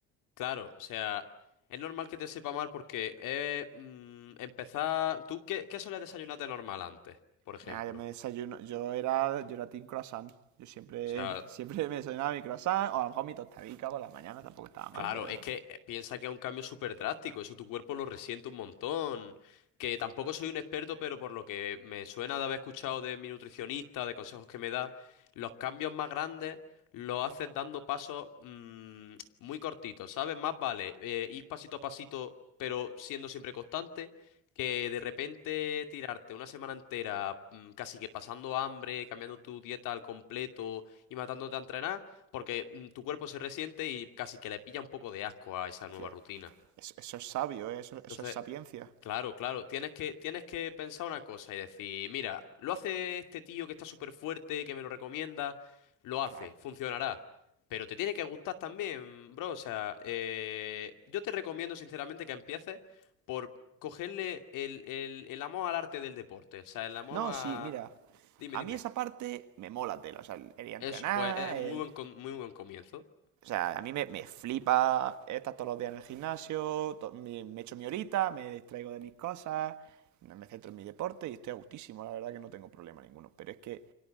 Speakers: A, on the left; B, on the right.
A: claro, o sea, es normal que te sepa mal porque eh, mm, empezar... ¿Tú qué, qué sueles desayunar de normal antes, por ejemplo?
B: nada, yo me desayuno, yo era, yo era team croissant. Yo siempre,
A: O sea,
B: <laughs> siempre me desayunaba mi croissant, o a lo mejor mi tostadica por las mañanas, tampoco estaba mal,
A: Claro,
B: pero
A: es que eh, piensa que es un cambio súper drástico, eso tu cuerpo lo resiente un montón. Que tampoco soy un experto, pero por lo que me suena de haber escuchado de mi nutricionista, de consejos que me da, los cambios más grandes los haces dando pasos mm, muy cortitos, ¿sabes? Más vale eh, ir pasito a pasito, pero siendo siempre constante, que de repente tirarte una semana entera mm, casi que pasando hambre, cambiando tu dieta al completo y matándote a entrenar porque mm, tu cuerpo se resiente y casi que le pilla un poco de asco a esa nueva
B: Tía,
A: rutina.
B: eso, eso es sabio, ¿eh? eso,
A: Entonces,
B: eso es sapiencia.
A: claro, claro, tienes que, tienes que pensar una cosa y decir, mira, lo hace este tío que está súper fuerte, que me lo recomienda, lo hace,
B: Claro.
A: funcionará. Pero te tiene que gustar también, bro. O sea, eh, yo te recomiendo sinceramente que empieces por cogerle el, el, el amor al arte del deporte. O sea, el amor
B: No,
A: a...
B: sí, mira.
A: Dime,
B: A
A: dime.
B: mí esa parte me mola tela. O sea, el el ir a entrenar,
A: Es, pues, es muy
B: el.
A: buen, com- muy buen comienzo.
B: O sea, a mí me, me flipa estar todos los días en el gimnasio, to- me, me echo mi horita, me distraigo de mis cosas, no me centro en mi deporte y estoy a gustísimo, la verdad que no tengo problema ninguno. Pero es que,